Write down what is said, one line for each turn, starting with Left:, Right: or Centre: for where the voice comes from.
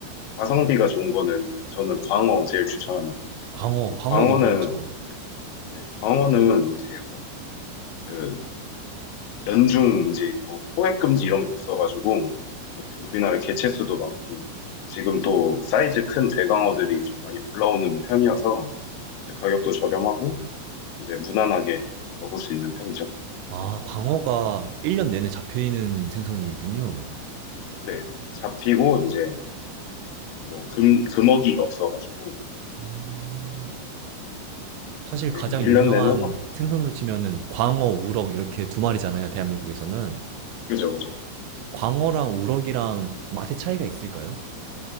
Left: 가성비가 좋은 거는 저는 광어 제일 추천합니다.
Right: 광어,
Left: 뭐
Right: 광어
Left: 광어는
Right: 너무 좋죠.
Left: 네, 네, 광어는 이제 약간 그 연중 이제 뭐 포획 금지 이런 게 없어가지고 뭐 우리나라 개체수도 많고 지금 또 사이즈 큰 대광어들이 좀 많이 올라오는 편이어서 이제 가격도 저렴하고 이제 무난하게 먹을 수 있는 편이죠.
Right: 아, 광어가 1년 내내 잡혀있는 생선이군요.
Left: 네, 잡히고 이제 뭐 금, 금어기가 없어가지고
Right: 음. 사실
Left: 네,
Right: 가장
Left: 1년
Right: 유명한
Left: 내내 막
Right: 생선으로 치면은 광어, 우럭 이렇게 두 마리잖아요, 대한민국에서는.
Left: 그죠 그죠.
Right: 광어랑 우럭이랑 맛의 차이가 있을까요?